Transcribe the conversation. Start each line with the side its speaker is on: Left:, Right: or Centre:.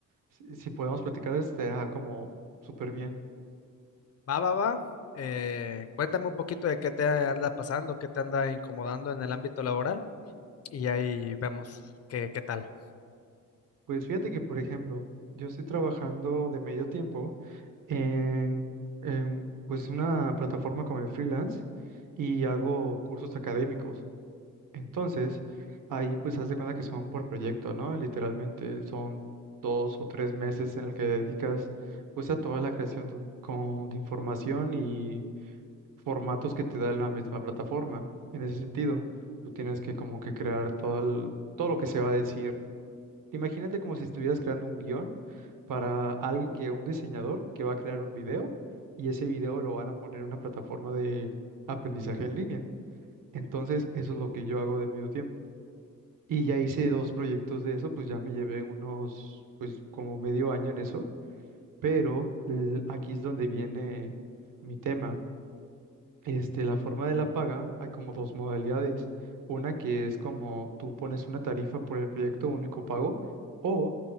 Right: si, si podemos platicar, estará como súper bien.
Left: Va, va, va. Eh, cuéntame un poquito de qué te anda pasando, qué te anda incomodando en el ámbito laboral y ahí vemos qué, qué tal.
Right: Pues fíjate que, por ejemplo, yo estoy trabajando de medio tiempo en, en pues una plataforma como el freelance y hago cursos académicos. Entonces, ahí pues haz de cuenta que son por proyecto, ¿no? Literalmente son dos o tres meses en el que dedicas pues a toda la creación de, un- con- de información y formatos que te da la misma plataforma. En ese sentido, tú tienes que como que crear todo, el- todo lo que se va a decir. Imagínate como si estuvieras creando un guión para alguien que, un diseñador que va a crear un video y ese video lo van a poner en una plataforma de aprendizaje en línea. Entonces, eso es lo que yo hago de medio tiempo. Y ya hice dos proyectos de eso, pues ya me llevé unos, pues como medio año en eso, pero el- aquí es donde viene mi tema. Este, la forma de la paga, hay como dos modalidades. Una que es como tú pones una tarifa por el proyecto único pago o